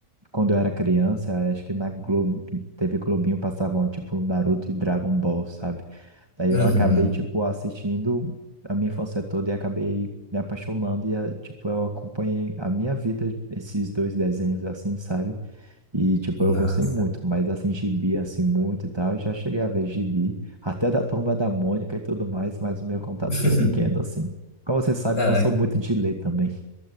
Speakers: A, on the right; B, on the left.
A: quando eu era criança, acho que na Globo, teve Globinho passavam tipo Naruto e Dragon Ball, sabe? Daí
B: Uhum,
A: eu acabei tipo assistindo a minha infância toda e acabei me apaixonando e eh, tipo eu acompanhei a minha vida esses dois desenhos assim, sabe? E, tipo, eu
B: massa.
A: gostei muito, mas, assim, gibi, assim, muito e tal, eu já cheguei a ver gibi, até da Turma da Mônica e tudo mais, mas o meu contato
B: <laughs>
A: foi pequeno, assim. Como você sabe,
B: Ah,
A: eu não sou muito de ler também.